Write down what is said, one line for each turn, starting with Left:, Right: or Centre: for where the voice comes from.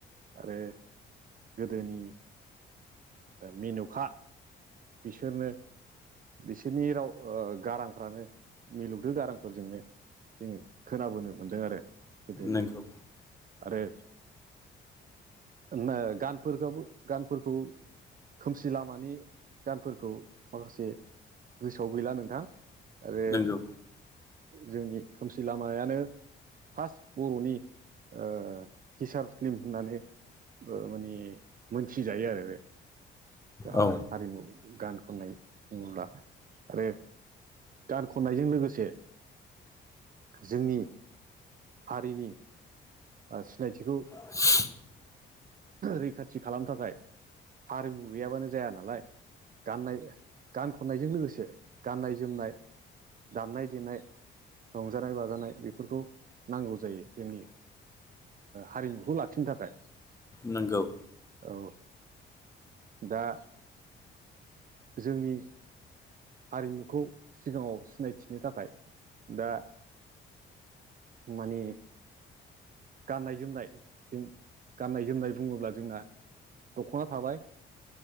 Right: आरो गोदोनि मिेनुखा बिसोरनो बिसोरनि राव गारांफ्रानो मिलौदो गारांफोरजोंनो जोङो खोनाबोनो मोनदों आरो गोदोनि
Left: नंगौ
Right: आरो ओ गानफोरखौ गानफोरखौ खोमसि लामानि गानफोरखौ माखासे गोसोआव गैला नोंथां आरो
Left: नंगौ
Right: जोंनि खोमसि लामायानो फार्स्ट बर'नि ओ फिसार फिल्म होननानै माने मोनथिजायो आरो दा
Left: औ
Right: हारिमु गान खननाय बुङोब्ला आरो गान खननायजों लोगोसे जोंनि हारिनि ब सिनायथिखौ
Left: <inaudible>
Right: रैखाथि खालामनो थाखाय हारिमु गैयाबानो जाया नालाय गाननाय गान खननायजों लोगोसे गाननाय जोमनाय दामनाय देनाय रंजानाय बाजानाय बेफोरखौ नांगौ जायो जोंनि हारिमुखौ लाखिनो थाखाय
Left: नोंगौ
Right: औ दा जोंनि हारिमुखौ सिगाङाव सिनायथिनो थाखाय दा मानिे गाननाय जोमनाय जम गाननाय जोमनाय बुङोब्ला जोंना दख'ना थाबाय